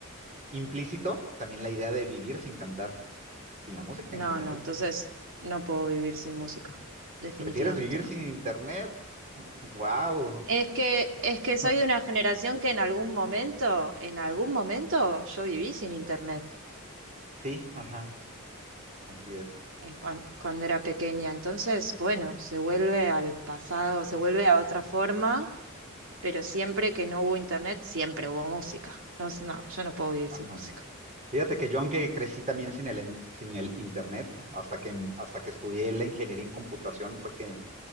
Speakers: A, on the right; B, on the right.
A: Implícito también la idea de vivir sin cantar, sin la música
B: No,
A: en general.
B: no, entonces no puedo vivir sin música, definitivamente
A: ¿Prefieres vivir sin
B: no.
A: internet? <laughs> ¡Wow!
B: Es que, es que
A: <laughs>
B: soy de una generación que en algún momento, en algún momento yo viví sin internet
A: Sí, ajá, así es.
B: eh, cuan- cuando era pequeña. Entonces, bueno, se vuelve al pasado, se vuelve a otra forma pero siempre que no hubo internet, siempre hubo música. No, es- no, yo no puedo vivir
A: Ajá.
B: sin música.
A: Fíjate que yo, aunque crecí también sin el, en- sin el internet, hasta que, hasta que estudié la ingeniería en computación, fue que,